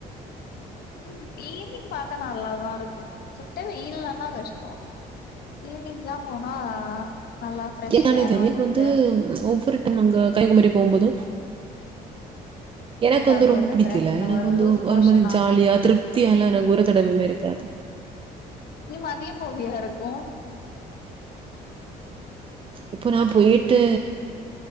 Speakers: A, on the left; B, on the right.
A: உம் ஈவினிங் பாக்க நல்லாதா இருக்கு சுட்ட வெயில் இல்லன்னா கஷ்டோ ஈவினிங் தா போனா நல்லா ஃப்ரெஷ்
B: என்னானே
A: ஏர்
B: தெரிய
A: வாங்கிட்டு
B: வந்து ஒவ்வொரு டைம் அங்க கைக்குமரி போம்போது எனக்கு
A: ஏதாவது
B: வந்து ரொம்ப
A: ஒண்ணு
B: புடிக்குல
A: பிரச்சன
B: எனக்கு
A: வரு
B: வந்து
A: லூஸ் மோஷன்
B: ஒரு மாதிரி
A: ஆகு
B: ஜாலியா திருப்தியா எல்லா எனக்கு தடவையுமே இருக்காது
A: நீ மதியம் போவியா இருக்கு
B: இப்போ நான் போயிட்டு